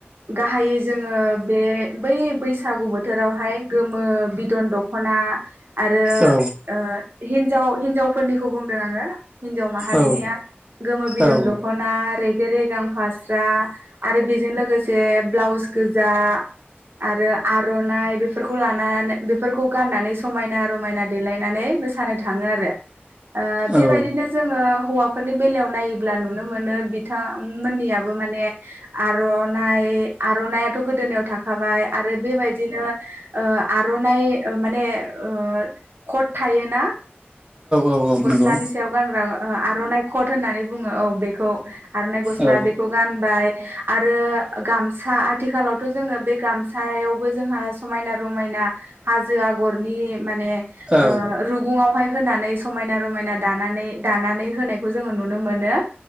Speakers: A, on the right; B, on the right.
A: गाहायै जोङो बे बै बैसागु बोथोरावहाय गोमो बिदन दख ना आरो
B: औ
A: ओ हिजाव हिनजावफोरनिखौ बुंदों आङो हिनजाव माहारिनिया
B: औ
A: गोमो बिदन
B: औ
A: दख'ना रेगे रेगां फास्रा आरो बेजों लोगोसे ब्लाउस गोजा। आरो आर'नाइ बे फोरखौ लानानो बेफोरखौ गाननानै समायना रमायना देलायनानै मोसानो थांङो आरो ओ बेबायदिनो
B: औ
A: जोङो हौवा फोरनि बेलायाव नायोब्ला नुनो मोनो बिथांमोननियाबो माने आर'नाइ आर'नाइयाथ' गोदोनायाव थाखाबाय आरो बेबायदिनो ओ आर'नाइ माने ओ कट थायोना
B: औ औ
A: गस्लानि
B: नंगौ
A: सायाव गानग्रा ओ आर'नाइ कट होननानै बुंङो औ बेखौ आरनाइ गस्ला
B: औ
A: बेखौ गानबाय। आरो गामसा आथिखालावथ' जोङो बे गामसायावबो जोंहा समायना रमायना हाजो आगरनि माने
B: औ
A: ओ रुगुङावहाय होनानै समायना रमायना दानानै दानानै होनायखौ जोङो नुनो मोनो।